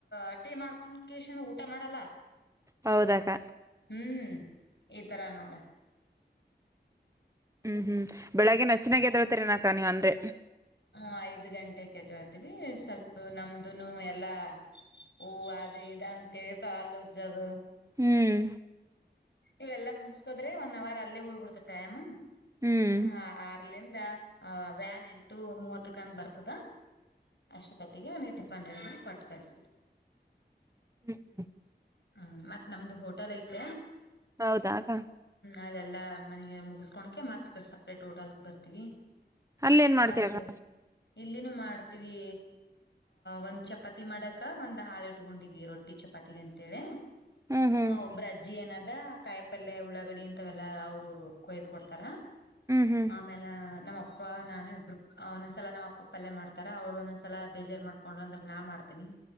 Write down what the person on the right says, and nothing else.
ಹೌದಕ್ಕ
ಹ್ಮ್ ಹ್ಮ್ ಬೆಳಿಗ್ಗೆ ನಸಿನಾಗ ಎದಳ್ತರಿ ನಕ ನೀವ ಅಂದ್ರೆ.
ಹ್ಮ್
ಹ್ಮ್
ಹ್ಮ್ ಹ್ಮ್.
ಹೌದಾ ಕ.
ಅಲ್ಲ ಏನ್ ಮಾಡ್ತೀರಕ್ಕ
ಹ್ಮ್ ಹ್ಮ್
ಹ್ಮ್ ಹ್ಮ್